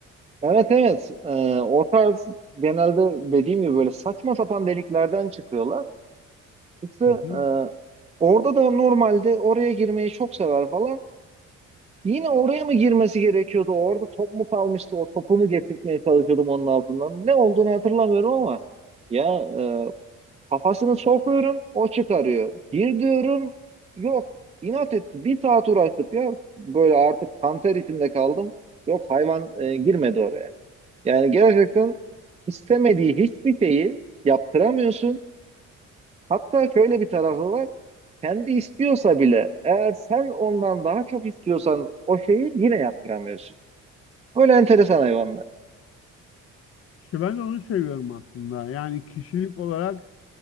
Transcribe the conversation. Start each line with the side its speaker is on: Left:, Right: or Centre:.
Right: Evet evet. Ee, o tarz genelde dediğim gibi böyle saçma sapan deliklerden çıkıyorlar. İşte e,
Left: Hı hı.
Right: orada da normalde oraya girmeyi çok sever falan. Yine oraya mı girmesi gerekiyordu? Orada top mu kalmıştı? O topumu getirtmeye çalışıyordum onun altından. Ne olduğunu hatırlamıyorum ama ya e, kafasını sokuyorum o çıkarıyor. Gir diyorum yok inat etti. Bir saat uğraştık ya böyle artık kanter içinde kaldım. Yok hayvan e, girmedi oraya. Yani gerçekten istemediği hiçbir şeyi yaptıramıyorsun. Hatta şöyle bir tarafı var. Kendi istiyorsa bile eğer sen ondan daha çok istiyorsan o şeyi yine yaptıramıyorsun. Böyle enteresan hayvanlar.
Left: İşte ben de onu seviyorum aslında. Yani kişilik olarak